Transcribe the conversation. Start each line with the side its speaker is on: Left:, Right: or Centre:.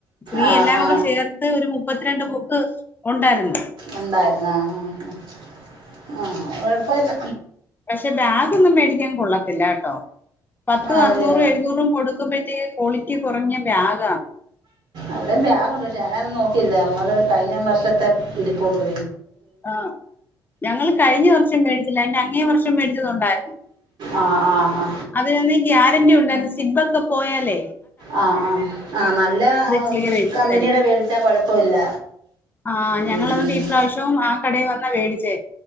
Left: ഫ്രീ
Right: ആ
Left: എല്ലാം
Right: ആ
Left: കൂടെ ചേർത്ത് ഒരു മുപ്പത്ത്രണ്ട് ബുക്ക് ഒണ്ടായിര്ന്ന്
Right: ഒണ്ടായിര്ന്ന് ആ ആ ആ ആ കൊഴപ്പൊയില്ല
Left: പക്ഷെ ബാഗൊന്നും മേടിക്കാൻ കൊള്ളത്തില്ല കേട്ടോ പത്തും
Right: ആണല്ലേ
Left: അറുന്നൂറും എഴുുന്നൂറും കൊടുക്കുമ്പഴ്ത്തേക്ക് ക്വാളിറ്റി കുറഞ്ഞ ബ്യാഗ്
Right: അവിടെയും ബ്യാഗുണ്ട് പക്ഷെ ഞാനതൊന്നും നോക് ട്ടില്ല നമ്മൾ കഴിഞ്ഞ വർഷത്തെ ഇരിപൊണ്ട്
Left: ആ ഞങ്ങൾ കഴിഞ്ഞ വർഷം മേടിച്ചില്ല അയിന്റെ അങ്ങേ വർഷം മേടിച്ചതൊണ്ടായിരുന്നു
Right: ആ ആ ആ
Left: അതിന്ന് ഗ്യാരന്റി ഒണ്ടായിരുന്നു സിബ്ബൊക്കെ പോയാലെ
Right: ആ ആ ആ നല്ല
Left: ക്ലിയർ ചെയ്ത്
Right: കമ്പനിയുടെ
Left: തരും
Right: വേടിച്ചാ കൊഴപ്പവില്ല
Left: ആ ഞങ്ങൾ
Right: മ്മ് മ്മ്
Left: അതുകൊണ്ട് <unintelligible> ആ കടയിൽ വന്ന വേടിച്ചേെ